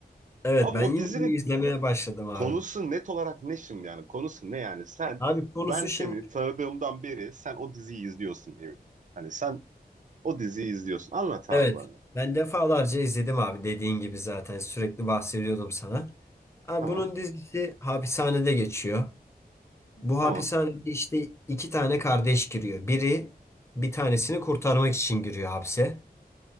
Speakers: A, on the left; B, on the right.
A: Evet
B: Abi
A: ben
B: o
A: yine
B: dizinin
A: bunu izlemeye başladım abi.
B: konusu net olarak ne şimdi yani? Konusu ne yani? Sen
A: Abi konusu
B: ben seni
A: şimdi
B: tanıdığımdan beri sen o diziyi izliyorsun Emir. Hani sen o diziyi izliyorsun. Anlat abi
A: evet
B: bana ya.
A: ben defalarca izledim abi dediğin gibi zaten sürekli bahsediyordum sana. Abi
B: Tamam.
A: bunun dizisi hapishanede geçiyor. Bu
B: Tamam.
A: hapishanede işte iki tane kardeş giriyor. Biri bir tanesini kurtarmak için giriyor hapse.